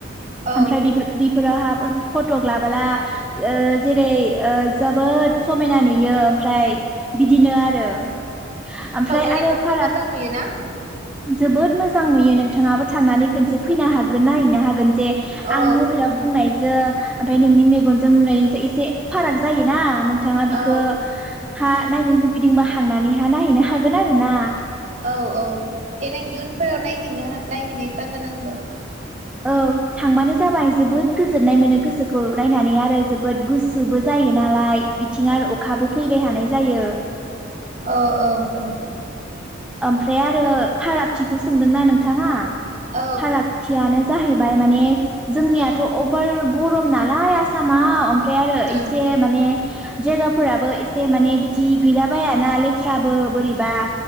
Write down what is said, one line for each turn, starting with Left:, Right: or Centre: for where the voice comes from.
Right: औ
Centre: ओमफ्राय बिफोर बेफोरावहा फट' लाबोला ओ जेरै ओ जोबोद समायना नुयो। यो ओमफ्राय बिदिनो आरो ओमफ्राय
Right: सावगारिफोरखौ
Centre: आरो फाराग
Right: मोजां नुयोना
Centre: जोबोद मोजां नुयो नोंथाङाबो थांनानै खनसे फैनो हागोन नायहैनो हागोन। जे
Right: औ
Centre: आं मबाइलाव बुंनायजों। ओमफ्राय नोंनि मेगनजों नुनाय नोंसो एसे फाराग जायोना नों। थाङा
Right: औ
Centre: बिखौ। हा नायनो लुगैदोंबा थांनानैहा नाहैनो हागोन आरोना।
Right: औ औ देनां इयुनफोराव नायहैनो हा नायहैनाय जागोन आंबो।
Centre: औ थांबानो जाबाय जोबोद गोजोननाय मोनो गोसोखौ नायनानै आरो जोबोद गुसुबो जायो नालाय बिथिं आरो अखाबो फैबाय थानाय जायो।
Right: औ औ औ।
Centre: ओमफ्राय आरो फारागथिखौ सोंदोंना नोंथाङा।
Right: औ
Centre: फारागथियानो जाहैबाय माने जोंनियाथ' अभार गरम नालाय आस आसामाव ओमफ्राय आरो
Right: उम
Centre: एसे माने जायगाफोराबो एसे माने इदि गैला बायाना लेथ्राबो बोरैबा।